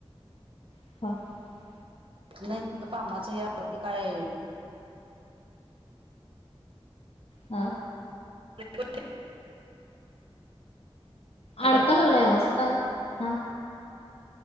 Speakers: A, on the left; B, on the right.
A: <inaudible>
B: नाही तर कामाचं हे की काय
A: आ.
B: <unintelligible> हॅलो
A: अडका लागलाय आवाज का? हा